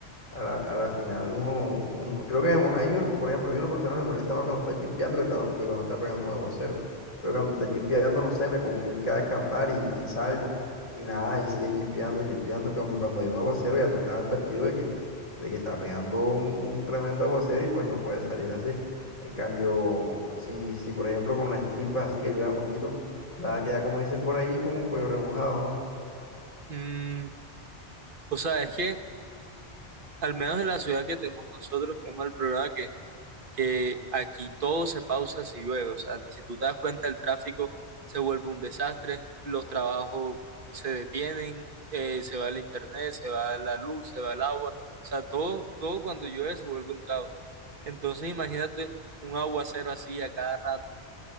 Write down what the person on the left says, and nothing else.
a la, a la final uno, uno- creo que me mo- a mí, me- por ejemplo, a mí una persona me molesta más cuando está chispeando que, ta- que cuando está pegando un aguacero. Pero cuando está chispeando, no sé, me confío en que va a escampar y, y salgo. Y nada, y sigue chispeando, chispeando. Cuando, cuando hay un aguacero ya tú estás advertido de que, de que está pegando un tremendo aguacero y pues no puedes salir así. En cambio, si, si por ejemplo con las chispas así que ayuda poquito, va a quedar como dicen por ahí, como un pollo remojado, ¿no?